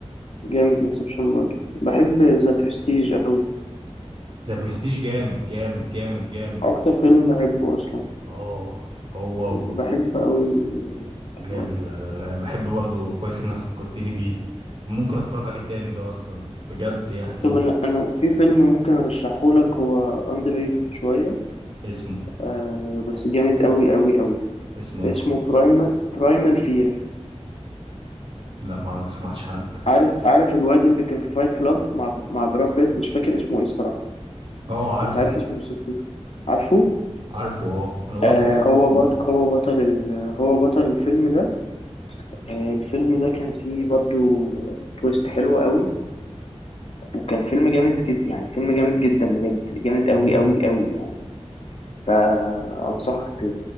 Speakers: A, on the left; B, on the right.
A: جامد انسبشن برضه بحب ذا برستيج قوي
B: ذا برستيج جامد جامد جامد جامد
A: اكتر فيلم بحبه اصلا
B: اه هو
A: بحب قوي الحوار
B: جامد
A: ده
B: لا لا لا بحب برضو كويس انك فكرتني بيه ممكن اتفرج عليه تاني ده اصلا بجد يعني
A: طب انا انا في فيلم ممكن ارشحه لك هو underrated شويه
B: اسمه
A: آه بس جامد قوي قوي قوي
B: اسمه ايه
A: اسمه برايم برايمال فير
B: لا ما ما سمعتش عنه ده
A: عارف عارف الواد اللي كان في فايت كلاب مع مع براد بيت مش فاكر اسمه ايه الصراحة
B: اه
A: كنت
B: عارف
A: عارف اسمه بس نسيت عارفه
B: عارفه اه انا برضو
A: آه
B: كنت فاكر
A: هو
B: اسمه
A: بط
B: نسيت
A: هو بطل ال... هو بطل الفيلم ده آه الفيلم ده كان فيه برضو تويست حلوة قوي وكان فيلم جامد جدا يعني فيلم جامد جدا بجد جامد قوي
B: مم،
A: قوي قوي يعني فأنصحك ت...